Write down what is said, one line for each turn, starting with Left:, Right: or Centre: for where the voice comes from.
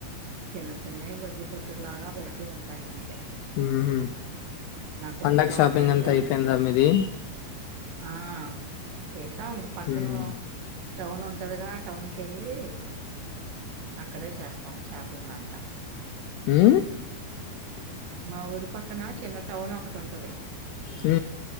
Right: చిన్న చిన్నవి బడ్డి కొట్టులాగా బట్టి ఉంటాయి అంతె
Left: ఉహ్
Right: కొనుక్కోవాలంటే
Left: పండక్ షాపింగ్ అంత అయిపోయిందా మీది
Right: ఆ చేసాం పక్కనో
Left: ఉమ్
Right: టౌన్ ఉంటదిగా టౌన్ కెళ్ళి అక్కడే చేస్తాం షాపింగ్ అంటా
Left: ఉ
Right: మా ఊరి పక్కన చిన్న టౌన్ ఒకటి ఉంటది
Left: ఉ